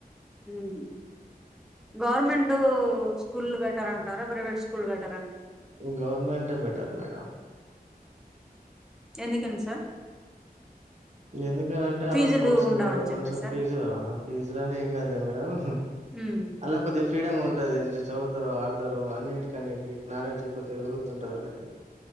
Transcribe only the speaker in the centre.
ఉహ్ గవర్మెంట్ స్కూల్లు బెటరాం టారా ప్రైవేట్ స్కూల్లు బెట్
ఎందుకని సార్
ఫీజులు
ఉండవని
చెప్పేసా
ఉమ్